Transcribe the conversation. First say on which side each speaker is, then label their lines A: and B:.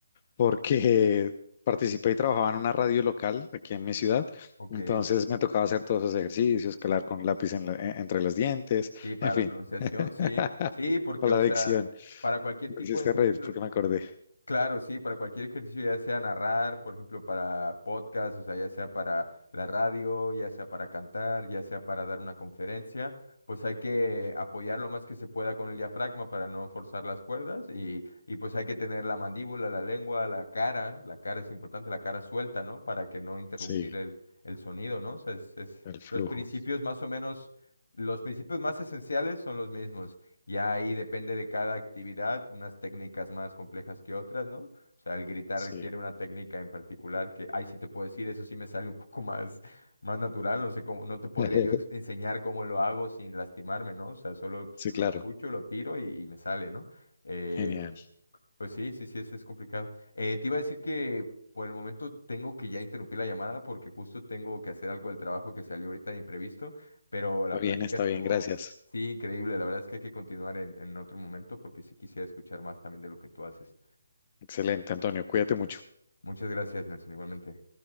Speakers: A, on the left; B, on the left.
A: porque <laughs> participé y trabajaba en una radio local aquí en mi ciudad.
B: Ok,
A: Entonces me tocaba hacer todos esos ejercicios, calar con lápiz en la- en- entre los dientes,
B: sí, para
A: en fin,
B: la pronunciación,
A: <laughs>
B: sí, sí, porque,
A: con
B: o
A: la
B: sea,
A: adicción.
B: para cualquier
A: Me
B: tipo
A: hiciste
B: de ejercicio,
A: reír porque me acordé.
B: Claro, sí, para cualquier ejercicio, ya sea narrar, por ejemplo, para podcast, o sea, ya sea para la radio, ya sea para cantar, ya sea para dar una conferencia, pues hay que apoyar lo más que se pueda con el diafragma para no forzar las cuerdas y, y pues hay que tener la mandíbula, la lengua, la cara, la cara es importante, la cara suelta, ¿no? Para que no interrumpir
A: Sí,
B: el, el sonido, ¿no? O sea, es, es-
A: el flujo.
B: los principios más o menos, los principios más esenciales son los mismos. Ya ahí depende de cada actividad, unas técnicas más complejas que otras, ¿no? O sea, el gritar
A: Sí.
B: requiere una técnica en particular que, ay, sí te puedo decir, eso sí me sale un poco <laughs> más, más natural, no sé cómo, no te podría
A: <laughs>
B: yo ex- enseñar cómo lo hago sin lastimarme, ¿no? O sea, solo pues,
A: Sí,
B: lo
A: claro.
B: escucho, lo tiro y, y me sale, ¿no? Em,
A: Genial.
B: pues sí, sí, sí, es, es complicado. Eh, te iba a decir que por el momento tengo que ya interrumpir la llamada porque justo tengo que hacer algo del trabajo que salió ahorita de imprevisto, pero
A: Está
B: la
A: bien,
B: plática
A: está
B: estuvo,
A: bien. Gracias.
B: sí, increíble. La verdad es que hay que continuar en, en otro momento porque sí quisiera escuchar más también de lo que tú haces.
A: Excelente, Antonio. Cuídate mucho.
B: Muchas gracias, Nelson, igualmente.